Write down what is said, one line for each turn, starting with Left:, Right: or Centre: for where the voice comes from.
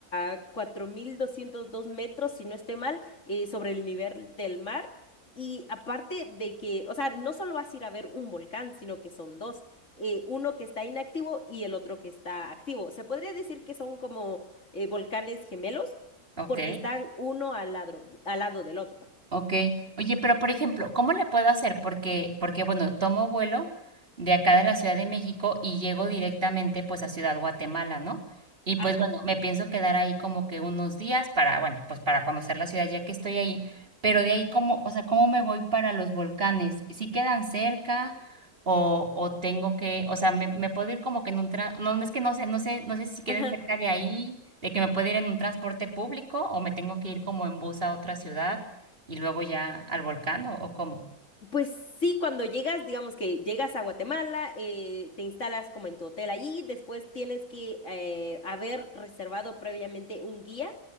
Left: a 4.202 metros, si no estoy mal, eh, sobre el nivel del mar. Y aparte de que, o sea, no solo vas a ir a ver un volcán, sino que son dos, eh, uno que está inactivo y el otro que está activo. Se podría decir que son como eh, volcanes gemelos,
Right: ¿Ok?
Left: porque están uno al lado, al lado del otro, perdón.
Right: Ok, oye, pero por ejemplo, ¿cómo le puedo hacer? Porque, porque bueno, tomo vuelo de acá de la Ciudad de México y llego directamente pues a Ciudad Guatemala, ¿no? Y pues
Left: Ajá,
Right: bueno, me pienso quedar ahí como que unos días para, bueno, pues para conocer la ciudad ya que estoy ahí, pero de ahí cómo, o sea, ¿cómo me voy para los volcanes? ¿Si quedan cerca o, o tengo que, o sea, me, me puedo ir como que en un tra- no, no es que no sé, no sé, no sé si quedan
Left: ajá.
Right: cerca de ahí, de que me puedo ir en un transporte público o me tengo que ir como en bus a otra ciudad? y luego ya al volcán o, o cómo?
Left: Pues sí, cuando llegas, digamos que llegas a Guatemala, eh, te instalas como en tu hotel allí, después tienes que eh, haber reservado previamente un guía